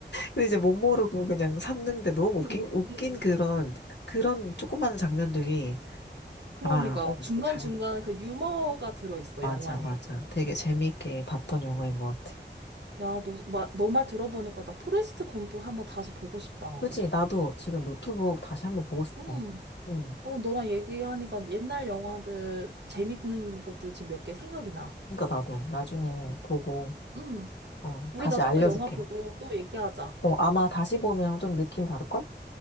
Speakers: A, on the left; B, on the right.
A: 근데 이제 못 모르고 그냥 샀는데 너무
B: 음,
A: 웃긴,
B: 음,
A: 웃긴
B: 음.
A: 그런, 그런 조그마한 장면들이,
B: 그러니까
A: 아, 어,
B: 중간중간에
A: 그 잘,
B: 그 유머가 들어있어,
A: 맞아,
B: 영화에.
A: 맞아. 되게 재밌게 봤던 영화인 것 같아.
B: 야, 너, 마, 너말 들어보니까 나 포레스트 검프 한번 다시 보고 싶다.
A: 그치, 나도 지금 노트북 다시 한번 보고 싶어.
B: 음.
A: 응.
B: 어, 너랑 얘기하니까 옛날 영화들 재밌는 것들 지금 몇 개 생각이 나.
A: 그러니까 나도 나중에 보고,
B: 음.
A: 어,
B: 우리
A: 다시
B: 나중에
A: 알려줄게.
B: 또 영화 보고 또 얘기하자.
A: 어, 아마 다시 보면 좀 느낌 다를걸?